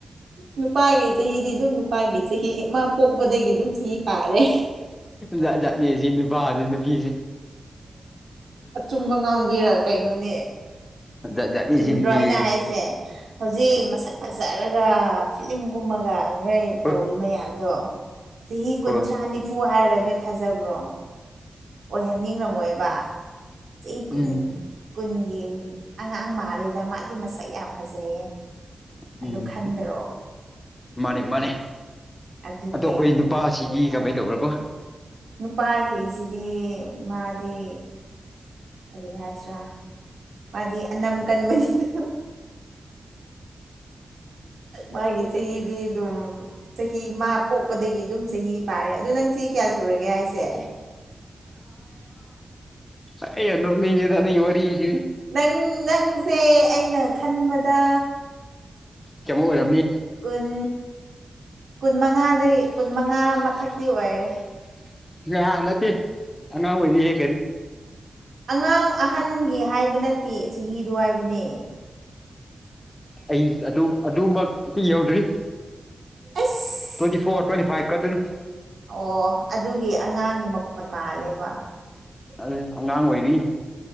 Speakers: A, on the right; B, on the left.
A: ꯅꯨꯄꯥꯒꯤ ꯆꯍꯤꯗꯤ ꯑꯗꯨꯝ ꯅꯨꯄꯥꯒꯤ ꯆꯍꯤ ꯑꯃ ꯄꯣꯛꯄꯗꯒꯤ ꯑꯗꯨꯝ ꯆꯍꯤ ꯄꯥꯔꯦ
B: ꯖꯥꯠ ꯖꯥꯠ ꯅꯦ ꯑꯁꯤ ꯅꯨꯄꯥꯁꯦ <unintelligible> <unintelligible> <unintelligible>
A: ꯑꯆꯨꯝꯕ ꯉꯥꯡꯕꯤꯔ ꯀꯩꯅꯣꯅꯦ
B: ꯖꯥꯠ ꯖꯥꯠ ꯅꯦ
A: ꯆꯨꯝꯗ꯭ꯔꯣ
B: ꯑꯁꯤ ꯅꯨꯄꯤꯁꯦ
A: ꯑꯩꯅ ꯍꯥꯏꯁꯦ ꯍꯧꯖꯤꯛ ꯃꯁꯛ ꯐꯖꯔꯒ ꯐꯤꯂꯝ ꯒꯨꯝꯃꯒꯇꯧꯔꯤ
B: ꯍꯣꯏ
A: ꯃꯌꯥꯝꯗꯣ ꯆꯍꯤ ꯀꯨꯟꯊ꯭ꯔꯥ
B: ꯍꯣꯏ
A: ꯅꯤꯐꯨ ꯍꯥꯏꯔꯒ ꯅꯣꯏ ꯊꯥꯖꯕ꯭ꯔꯣ ꯑꯣꯏꯍꯟꯅꯤꯡꯉꯝꯃꯣꯏꯕ ꯆꯍꯤ
B: ꯎꯝ
A: ꯀꯨꯟ ꯀꯨꯟꯒꯤ ꯑꯉꯥꯡ ꯃꯥꯜꯂꯤꯗ ꯃꯥꯗꯤ ꯃꯁꯛ ꯌꯥꯝ ꯐꯖꯩꯌꯦ
B: ꯎꯝ
A: ꯑꯗꯨ ꯈꯟꯗ꯭ꯔꯣ
B: ꯃꯥꯅꯦ ꯃꯅꯦ
A: ꯑꯗꯨꯅꯦ
B: ꯑꯗꯣ ꯑꯩꯈꯣꯏ ꯅꯨꯄꯥꯁꯤꯗꯤ
A: ꯑꯗꯨꯒ
B: ꯀꯃꯥꯏꯅ ꯇꯧꯕ꯭ꯔꯣ ꯀꯣ
A: ꯅꯨꯄꯥꯒꯤꯁꯤꯗꯤ ꯃꯥꯗꯤ ꯀꯔꯤ ꯍꯥꯏꯁꯤ꯭ꯔꯥ ꯃꯥꯗꯤ ꯑꯅꯝ ꯀꯟꯕꯅꯤꯅ ꯃꯥꯒꯤ ꯆꯍꯤꯗꯤ ꯑꯗꯨꯝ ꯆꯍꯤ ꯃꯥ ꯄꯣꯛꯄꯗꯒꯤ ꯑꯗꯨꯝ ꯆꯍꯤ ꯄꯥꯔꯦ ꯑꯗꯨꯗꯣ ꯅꯪꯁꯤ ꯀꯌꯥ ꯁꯨꯔꯒꯦ ꯍꯥꯏꯁꯦ
B: ꯑꯩ ꯌꯥꯝ ꯅꯣꯛꯅꯤꯡꯉꯤꯗ ꯅꯣꯢ ꯋꯔꯤꯁꯥꯗꯤ
A: ꯅꯪ ꯅꯪꯁꯦ ꯑꯩꯅ ꯈꯟꯕꯗ
B: ꯀꯩꯃꯣ ꯑꯣꯏꯔꯝꯅꯤ
A: ꯀꯨꯟ ꯀꯨꯟ ꯃꯉꯥꯗꯩ ꯀꯨꯟ
B: <inaudible>
A: ꯃꯉꯥ ꯃꯊꯛꯇꯤ ꯑꯣꯏꯔꯦ
B: <inaudible> ꯌꯥ ꯅꯠꯇꯦ ꯑꯉꯥꯡ ꯑꯣꯢꯔꯤ
A: ꯑꯉꯥꯡ ꯑꯍꯟꯒꯤ ꯍꯥꯏꯕ ꯅꯠꯇꯦ ꯆꯍꯤꯗꯨ ꯍꯥꯏꯕꯅꯦ
B: ꯑꯩ ꯑꯗꯨ ꯑꯗꯨꯃꯛ ꯀ ꯌꯧꯗ꯭ꯔꯤ
A: ꯑꯁ
B: ꯇ꯭ꯋꯦꯟꯇꯤ ꯐꯣꯔ ꯇꯣꯢꯟꯇꯤ ꯐꯢꯞ ꯑꯗꯨꯅꯤ
A: ꯑꯣ ꯑꯗꯨꯒꯤ ꯑꯉꯥꯡꯒꯤ ꯃꯈꯣꯟꯜ ꯃꯥꯜꯂꯦꯕ
B: ꯑ ꯑꯉꯥꯡ ꯑꯣꯏꯔꯤ